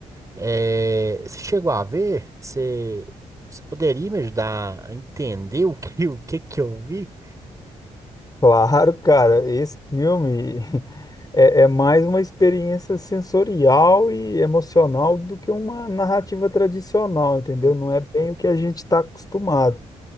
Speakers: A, on the right; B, on the left.
A: É, você chegou a ver? Você, você poderia me ajudar a entender o que, <laughs> o que que eu vi?
B: Claro, cara, esse filme <laughs> é, é mais uma experiência sensorial e emocional do que uma narrativa tradicional, entendeu?
A: Hum,
B: Não é bem o que a gente está acostumado.